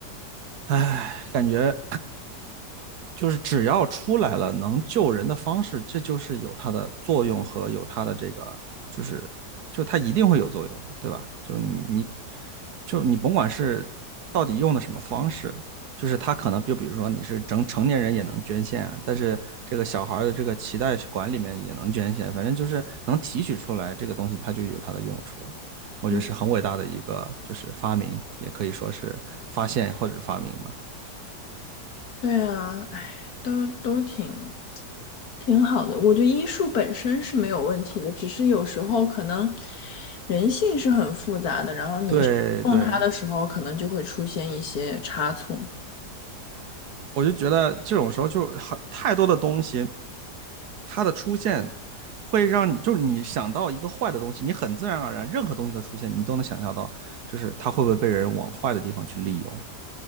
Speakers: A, on the right (about 70°); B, on the left (about 60°).
A: 唉，感觉就是只要出来了能救人的方式，这就是有它的作用和有它的这个，就是就它一定会有作用的，对吧？就你你就你甭管是到底用的什么方式，就是它可能就比如说你是成成年人也能捐献啊但是这个小孩的这个脐带管里面也能捐献，反正就是能提取出来这个东西，它就有它的用处。我觉得是很伟大的一个，
B: 嗯
A: 就是发明，也可以说是发现或者发明吧。
B: 对啊，哎，都都挺挺好的。我觉得医术本身是没有问题的，只是有时候可能人性是很复杂的，然后你用它的时候，
A: 对对，
B: 可能就会出现一些差错。
A: 我就觉得这种时候就很太多的东西，它的出现会让你就是你想到一个坏的东西，你很自然而然任何东西的出现，你都能想象到，就是它会不会被人往坏的地方去利用，